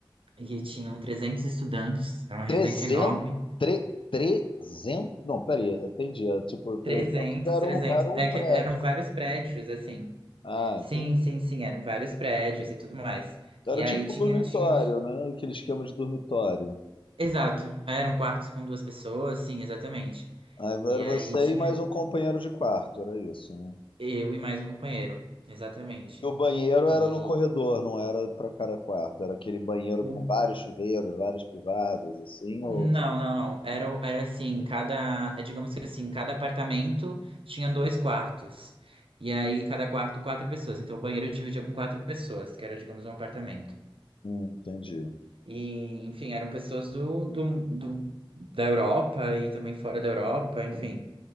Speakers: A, on the right; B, on the left.
A: e tinham 300 estudantes, era uma residência
B: 300,
A: enorme.
B: tre, 300? Não, peraí, entendi. É, Tipo, 300
A: trezentos
B: era
A: trezentos
B: um, era um
A: é
B: prédio.
A: que eram vários prédios assim.
B: Ah,
A: Sim,
B: entendi.
A: sim, sim, eram vários prédios e tudo mais.
B: Era
A: E aí
B: tipo
A: tinha,
B: um dormitório,
A: tinha um...
B: né? Aquele esquema de dormitório.
A: Exato, eram quartos com duas pessoas, sim, exatamente.
B: Aí era
A: E aí
B: você
A: tinha
B: e mais um companheiro de quarto, era isso, né?
A: eu e mais um companheiro, exatamente.
B: E o banheiro
A: E
B: era no corredor, não era pra cada quarto. Era aquele banheiro
A: o
B: com vários chuveiros, vários privados, assim,
A: Não,
B: ou...
A: não, não. Era, era assim, cada, é, digamos que assim, cada apartamento tinha dois quartos. E aí, cada quarto, quatro pessoas. Então, o banheiro dividia com quatro pessoas, que era, digamos, um apartamento.
B: Hum, entendi.
A: E, enfim, eram pessoas do, do, do- da Europa e também fora da Europa, enfim.